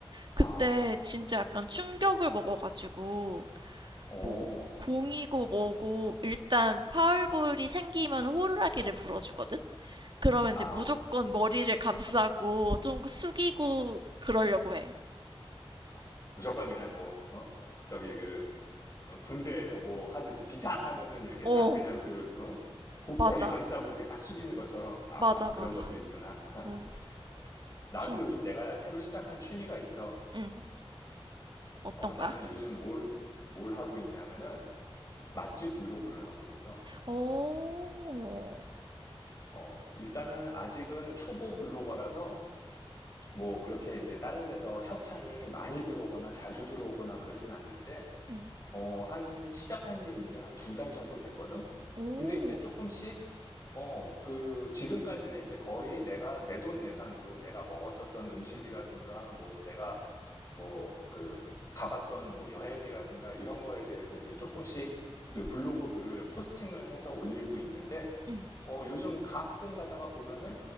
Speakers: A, on the right; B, on the left.
A: 그때
B: 아,
A: 진짜 약간 충격을 먹어가지고
B: 오,
A: 뭐 공이고 뭐고 일단 파울볼이 생기면 호루라기를 불어주거든? 그러면
B: 아,
A: 이제 무조건 머리를 감싸고 좀 숙이고 그러려고 해.
B: 아, 무조건 그냥 뭐, 어? 저기 그 어, 군대에서 뭐 하듯이 비상하면은 이렇게
A: 어,
B: 딱 그냥 그, 어? 곧
A: 맞아.
B: 머리 감싸고 이렇게 딱 숙이는 것처럼, 아,
A: 맞아,
B: 그런
A: 맞아.
B: 것도 있구나. <laughs>
A: 응,
B: 나도
A: 진,
B: 요즘 내가 새로 시작한 취미가 있어.
A: 응. 어떤
B: 어, 나는
A: 거야?
B: 요즘 뭘, 뭘 하고 있냐면은 맛집 블로그를 하고 있어.
A: 오,
B: 어, 일단은 아직은 초보 블로거라서 뭐 그렇게 이제 다른 데서 협찬이 많이 들어오거나 자주 들어오거나 그러진 않는데
A: 응,
B: 어, 한, 시작한 지 이제 한 두 달 정도 됐거든?
A: 오,
B: 근데 이제 조금씩, 어, 그, 지금까지는 이제 거의 내가 내돈 내산으로 내가 먹었었던 음식이라든가, 뭐, 내가, 뭐, 그, 가봤던 뭐 여행이라든가 이런 거에 대해서 이제 조금씩 그
A: 응,
B: 블로그 글을 포스팅을 해서 올리고 있는데,
A: 응,
B: 어, 요즘 가끔 가다가 보면은